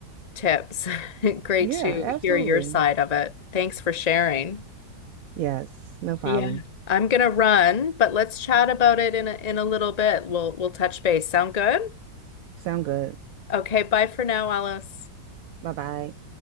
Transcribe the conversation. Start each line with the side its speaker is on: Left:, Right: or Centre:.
Left: tips. <laughs> Great
Right: Yeah,
Left: to
Right: absolutely.
Left: hear your side of it. Thanks for sharing.
Right: Yes, no problem.
Left: Yeah. I'm gonna run, but let's chat about it in a in a little bit. We'll we'll touch base. Sound good?
Right: Sound good.
Left: Okay, bye for now, Alice.
Right: Bye bye.